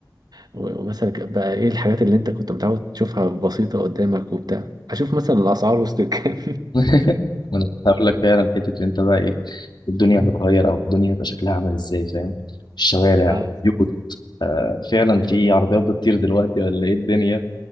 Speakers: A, on the right; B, on the left.
A: و- ومثلا ك- بقى ايه الحاجات اللي انت كنت متعود تشوفها بسيطه قدامك وبتاع اشوف مثلا الاسعار وصلت كام
B: <laughs> ما انا كنت هقول لك فعلا حته اللي انت بقى ايه الدنيا
A: <laughs>
B: هتتغير او الدنيا هتبقى شكلها عامل ازاي فاهم الشوارع
A: اه
B: يقط آه فعلا في عربيات بتطير دلوقتي ولا ايه الدنيا